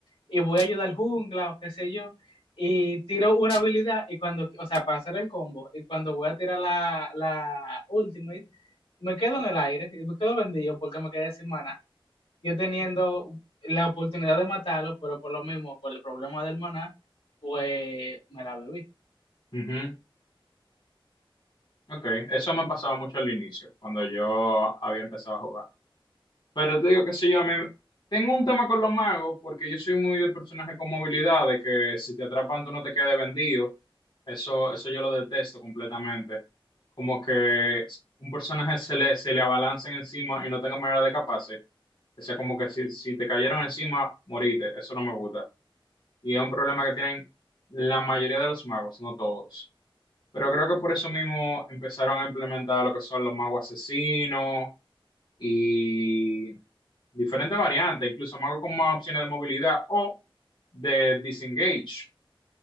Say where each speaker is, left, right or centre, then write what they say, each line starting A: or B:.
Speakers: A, on the left; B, on the left.
A: y voy a ayudar al jungla o qué sé yo, y tiro una habilidad y cuando, o sea, para hacer el combo, y cuando voy a tirar la, la Ultimate, me quedo en el aire y me quedo vendido porque me quedé sin maná yo teniendo la oportunidad de matarlo, pero por lo mismo, por el problema del maná, pues me la bebí.
B: Ujú, Ok, eso me ha pasado mucho al inicio, cuando yo había empezado a jugar. Pero te digo, qué sé yo, a mí me- tengo un tema con los magos porque yo soy muy de personaje con movilidad, de que si te atrapan tú no te quedes vendido. Eso, eso yo lo detesto completamente. Como que un personaje se le, se le abalancen encima y no tenga manera de escaparse. O sea, como que si, si te cayeron encima, moriste. Eso no me gusta. Y es un problema que tienen la mayoría de los magos, no todos. Pero creo que por eso mismo empezaron a implementar lo que son los magos asesinos y diferentes variantes, incluso más con más opciones de movilidad o de disengage.